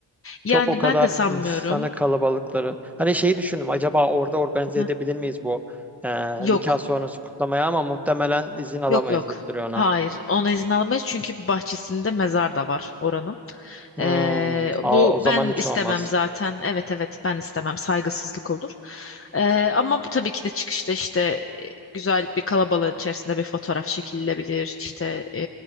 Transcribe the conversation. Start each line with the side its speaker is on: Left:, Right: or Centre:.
Left: Yani
Centre: Çok o kadar
Left: ben de sanmıyorum.
Centre: insanı kalabalıkları. Hani şeyi düşündüm acaba orada organize
Left: Hı.
Centre: edebilir miyiz bu e,
Left: Yok.
Centre: nikah sonrası kutlamayı ama muhtemelen izin alamayız
Left: Yok yok.
Centre: gibi duruyor ona.
Left: Hayır. Ona izin alamayız çünkü bahçesinde mezar da var oranın.
Centre: Hmm,
Left: Ee,
Centre: a-
Left: bu
Centre: o zaman
Left: ben
Centre: hiç
Left: istemem
Centre: olmaz.
Left: zaten. Evet evet ben istemem. Saygısızlık olur. Ee, ama bu tabii ki de çıkışta işte e, güzel bir kalabalığın içerisinde bir fotoğraf çekilebilir. İşte e,